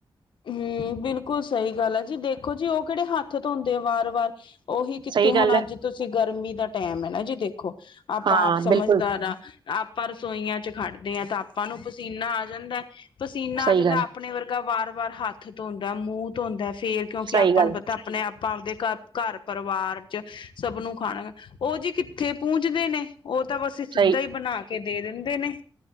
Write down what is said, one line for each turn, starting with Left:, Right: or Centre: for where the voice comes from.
Left: ਹਮ ਬਿਲਕੁਲ ਸਹੀ ਗੱਲ ਆ ਜੀ, ਦੇਖੋ ਜੀ ਉਹ ਕਿਹੜੇ ਹੱਥ ਧੋਂਦੇ ਆ ਵਾਰ ਵਾਰ। ਉਹੀ ਕਿੱਥੇ,
Right: ਸਹੀ
Left: ਹੁਣ
Right: ਗੱਲ ਹੈ
Left: ਅੱਜ ਤੁਸੀਂ ਗਰਮੀ ਦਾ ਟੈਮ ਹੈ ਨਾ ਜੀ ਦੇਖੋ ਆਪਾਂ
Right: ਹਾਂ
Left: ਆਪ ਸਮਝਦਾਰ
Right: ਬਿਲਕੁਲ
Left: ਆ ਆਪਾਂ ਰਸੋਈਆਂ 'ਚ ਖੜਦੇ ਹਾਂ ਤਾਂ ਆਪਾਂ ਨੂੰ ਪਸੀਨਾ ਆ ਜਾਂਦਾ, ਪਸੀਨਾ
Right: ਸਹੀ
Left: ਆ ਜਾਂਦਾ
Right: ਗੱਲ
Left: ਆਪਣੇ ਵਰਗਾ ਵਾਰ- ਵਾਰ ਹੱਥ ਧੋਂਦਾ, ਮੂੰਹ ਧੋਂਦਾ, ਫੇਰ ਕਿਉਂਕਿ
Right: ਸਹੀ
Left: ਆਪਾਂ
Right: ਗੱਲ
Left: ਨੂੰ ਪਤਾ ਆਪਣੇ- ਆਪ ਆਪਾਂ ਆਪਦੇ 'ਘ ਘਰ ਪਰਿਵਾਰ ਚ' ਸਭ ਨੂੰ ਖਾਣਾ, ਉਹ ਜੀ ਕਿੱਥੇ ਪੁੰਜਦੇ ਨੇ। ਉਹ ਤਾਂ ਬਸ ਸਿੱਧਾ
Right: ਸਹੀ
Left: ਹੀ ਬਣਾ ਕੇ ਦੇ ਦਿੰਦੇ ਨੇ।